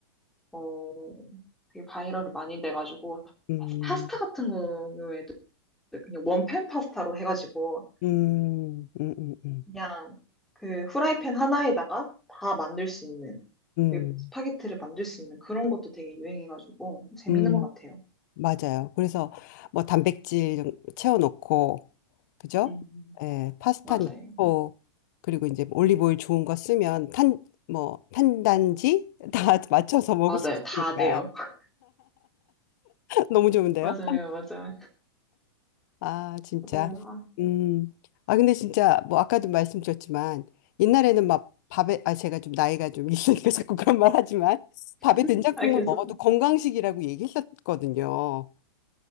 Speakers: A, in the centre; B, on the left (about 40°).
A: 어, 되게 바이럴이 많이 돼가지고
B: 음,
A: 파스타 같은 경우에도 그냥 원팬 파스타로 해가지고
B: 음, 음, 음, 음,
A: 그냥 그 후라이팬 하나에다가 다 만들 수 있는,
B: 음.
A: 그 스파게티를 만들 수 있는 그런 것도 되게 유행해가지고 재밌는
B: 음.
A: 것 같아요.
B: 맞아요. 그래서 뭐 단백질 좀 채워놓고, 그죠?
A: 음,
B: 예, 파스타
A: 맞아요.
B: 넣고, 그리고 이제 올리브오일 좋은 거 쓰면 탄, 뭐, 탄단지 다 <laughs> 맞춰서 먹을
A: 맞아요.
B: 수 있으니까.
A: 다 돼요. <laughs>
B: <laughs> 너무 좋은데요?
A: 맞아요. 맞아요.
B: 아, 진짜.
A: 맞아요. 아,
B: 음. 아, 근데 진짜 뭐 아까도 말씀드렸지만 옛날에는 막 밥에, 아, 제가 좀 나이가 좀 <laughs> 있으니까 자꾸 그런 말 하지만
A: <laughs>
B: 밥에 된장국만
A: 아, 괜찮?
B: 먹어도 건강식이라고 얘기했었거든요.